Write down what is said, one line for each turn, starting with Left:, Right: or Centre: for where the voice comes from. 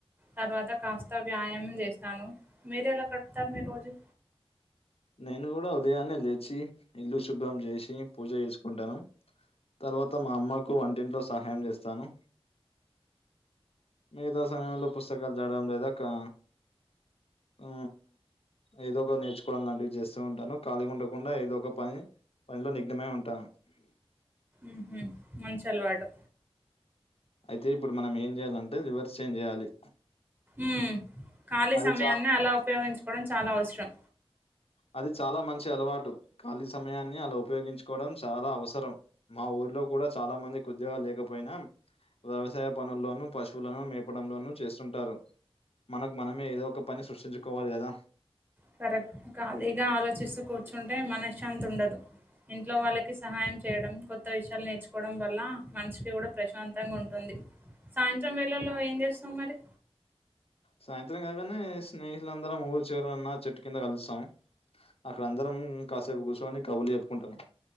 Right: తర్వాత కాస్త వ్యాయామం చేస్తాను మీర ఎలా కడుపుతారు మీ రోజు
Left: నేను కూడా ఉదయాన్నే లేచి ఇల్లు శుభ్రం చేసి పూజ చేసుకుంటాను తర్వాత మా అమ్మకు వంటింట్లో సహాయం చేస్తాను మిగతా సమయంలో పుస్తకాలు జడడం లేదా కా ఆ ఎదో ఒక నేర్చు లాంటివి చేస్తూ ఉంటాను ఖాళీ ఉండకుండా ఏదో ఒక పని పనిలో నిగ్నమై ఉంటాను
Right: ఉహు మంచ అలవాటు
Left: అయితే ఇప్పుడు మనం ఏం చేయాలంటే రివర్స్ చేంజ్ చేయాలి
Right: ఉ ఖాళీ
Left: అది
Right: సమయాన్ని
Left: చా
Right: అలా ఉపయోగించుకోవడం చాలా అవసరం
Left: అది చాలా మంచి అలవాటు ఖాళీ సమయాన్ని అలా ఉపయోగించుకోవడం చాలా అవసరం మా ఊరు ల్లో కూడా చాలా మందికి ఉద్యోగాలు లేకపోయినా వ్యవసాయ పనుల్లోనూ పశువులను మేపడంలోనూ చేస్తుంటారు మనకు మనమే ఏదో ఒక పని సృష్టించుకోవాలి కదా
Right: కరెక్ట్ ఖాళీగా ఆలోచిస్తూ కూర్చుంటే మనశ్శాంతి ఉండదు ఇంట్లో వాళ్ళకి సహాయం చేయడం కొత్త విషయాలు నేర్చుకోవడం వల్ల మనిషికి కూడా ప్రశాంతంగా ఉంటుంది సాయంత్రం వేళల్లో ఏం చేస్తవ్ మరి
Left: సాయంత్రం కాగానే స్నేహితులందరం ఊర్ చివరన్నా చెట్టు కింద కలిసాం అక్కడ అందరం కాసేపు కూర్చోని కబుర్లు చెప్పుకుంటము